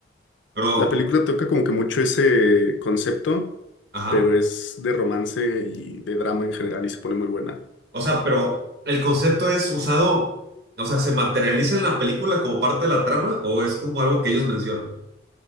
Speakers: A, on the right (about 60°); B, on the left (about 85°).
A: Pero,
B: La película toca como que mucho ese concepto,
A: ajá.
B: pero es de romance y de drama en general y se pone muy buena.
A: O sea, pero el concepto es usado, o sea, ¿se materializa en la película como parte de la trama o es como algo que ellos mencionan?